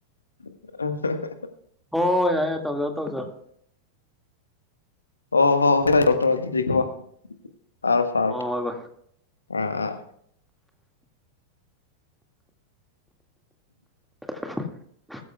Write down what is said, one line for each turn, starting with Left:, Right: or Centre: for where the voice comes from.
Left: ꯑ
Centre: ꯍꯣꯏ ꯌꯥ ꯌꯥ ꯇꯧꯖ ꯑ ꯇꯧꯖꯣ
Left: ꯑꯣ ꯍꯣ ꯍꯀꯣ ꯑꯥꯎ ꯐꯥꯎ
Centre: ꯍꯣꯏ ꯍꯣꯏ ꯚꯥꯏ
Left: ꯑꯥ
Centre: <inaudible>